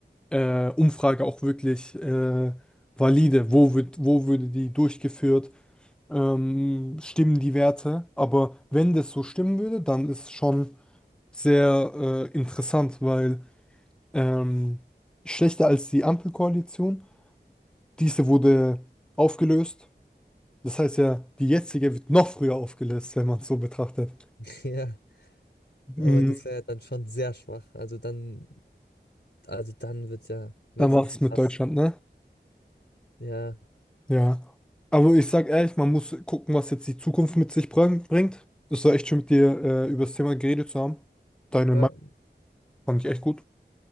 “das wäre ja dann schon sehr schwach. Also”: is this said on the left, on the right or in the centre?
Left